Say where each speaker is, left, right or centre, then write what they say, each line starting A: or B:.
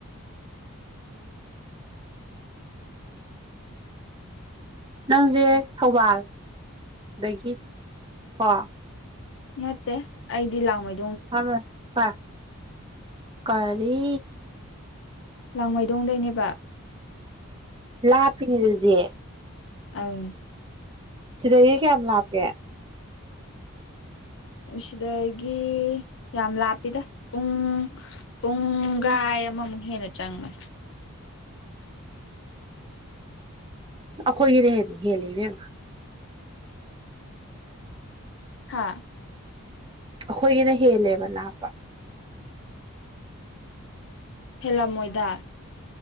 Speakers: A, on the right; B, on the left.
A: ꯅꯪꯁꯦ ꯊꯧꯕꯥꯜ ꯑꯗꯒꯤ ꯀꯣ
B: ꯅꯠꯇꯦ ꯑꯩꯗꯤ ꯂꯥꯥꯡꯃꯩ
A: ꯑ <inaudible> <unintelligible> ꯀꯔꯤ
B: ꯂꯥꯥꯡꯃꯩ ꯗꯣꯡꯗꯩꯅꯦꯕ
A: ꯂꯥꯞꯄꯤꯅꯦ ꯑꯗꯨꯗꯤ
B: ꯑ <inaudible> <unintelligible>
A: ꯁꯤꯗꯒꯤ ꯀꯌꯥꯝ ꯂꯞꯀꯦ
B: ꯁꯤꯗꯒꯤ ꯌꯥꯝ ꯂꯥꯞꯄꯤꯗ ꯄꯨꯡ ꯄꯨꯡꯒꯥꯏ
A: ꯎꯝ
B: ꯑꯃꯃꯨꯛ ꯍꯦꯟꯅ ꯆꯥꯡꯅ
A: ꯑꯩꯈꯣꯏꯒꯤꯗꯦ ꯍꯦꯜꯂꯤꯅꯦ
B: ꯍꯥꯥ
A: ꯑꯩꯈꯣꯏꯒꯤꯅ ꯍꯦꯜꯂꯦꯕ ꯂꯥꯞꯄ
B: ꯍꯦꯂ ꯃꯣꯏꯗꯥ